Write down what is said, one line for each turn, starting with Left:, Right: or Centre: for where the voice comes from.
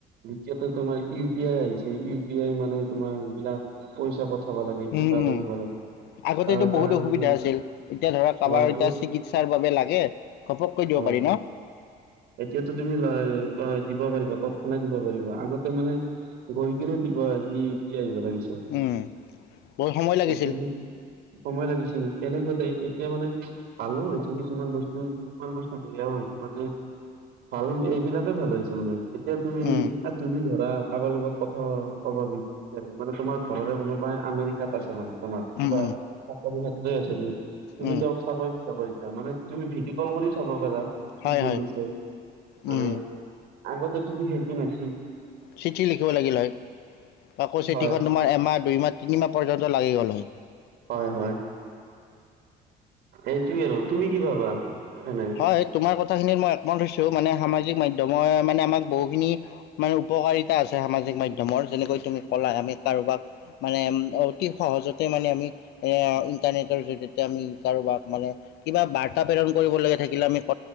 Right: দ্বিতীয়তে তোমাৰ ইউ পি আই আহিছে, ইউ পি আই মানে তোমাৰ যিবিলাক পইচা পঠাব লাগে কিবা
Left: উম উম
Right: কৰিব লাগে
Left: আগতেতো
Right: তাৰ দ্বাৰা
Left: বহুত অসুবিধা
Right: মানে
Left: আছিল। এতিয়া ধৰক কাৰোবাৰ
Right: হয়
Left: এতিয়া
Right: আমি
Left: চিকিৎসাৰ বাবে লাগে। ঘপককৈ দিব
Right: হয়
Left: পাৰি ন?
Right: এতিয়াতো তুমি ল ত দিব পাৰিবা, তৎক্ষণা দিব পাৰিবা। আগতে মানে গৈ কিনে দিব দি আহিব। <unintelligible>
Left: উম বহুত সময় লাগিছিল
Right: সময় লাগিছিল, তেনেকুৱা এতিয়া মানে ভালো হৈছে কিছুমান বস্তু, কিছুমান বস্তু বেয়াও হৈছে মানে ভাল এইবিলাকে ভাল হৈছে মানে, এতিয়া তুমি-তুমি
Left: উম
Right: ধৰা কাৰবাৰ লগত কথা <unintelligible> মানে, তোমাৰ ঘৰৰে কোনোবাই আমেৰিকাত আছে মানে তোমাৰ কিবা
Left: উম উম
Right: <unintelligible> তুমি তুমি
Left: উম
Right: তেওঁক চাবৈ <unintelligible> মানে তুমি ভিডিঅ' কল কৰি চাব পাৰা,
Left: হয়
Right: কি কৰি
Left: হয়
Right: আছে, মানে
Left: উম
Right: আগতেটোটো সেইটো নাছিল।
Left: চিঠি লিখিব লাগিল হয়, আকৌ চিঠিখন
Right: হয়
Left: তোমাৰ এমাহ, দুইমাহ, তিনিমাহ পৰ্যন্ত লাগি গ'ল হয়।
Right: হয় হয়, এইটোৱে আৰু। তুমি কি ভাবা? এনে
Left: হয়, তোমাৰ কথাখিনিত মই <unintelligible> মানে, সামাজিক মাধ্যমৰ মানে আমাক বহুখিনি মানে উপকাৰিতা আছে সামাজিক মাধ্যমৰ। যেনেকৈ তুমি ক'লা আমি কাৰোবাক, মানে অতি সহজতে মানে আমি এ ইটাৰনেট <unintelligible> তেতিয়া আমি কাৰোবাক মানে, কিবা বাৰ্তা প্ৰেৰণ কৰিবলেকে থাকিলে আমি ক,